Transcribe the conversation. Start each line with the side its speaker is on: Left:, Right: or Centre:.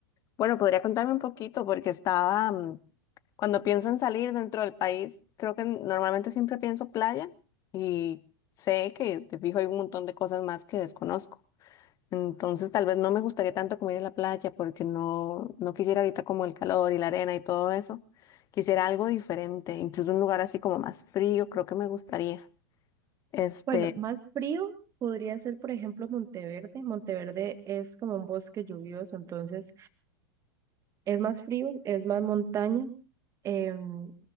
Left: Bueno, podría contarme un poquito porque estaba, mm, cuando pienso en salir dentro del país, creo que normalmente siempre pienso playa y sé que de fijo hay un montón de cosas más que desconozco. Entonces, tal vez no me gustaría tanto como ir a la playa porque no, no quisiera ahorita como el calor y la arena y todo eso. Quisiera algo diferente, incluso un lugar así como más frío, creo que me gustaría. Este,
Right: Bueno, más frío podría ser, por ejemplo, Monteverde. Monteverde es como un bosque lluvioso, entonces es más frío, es más montaña, em,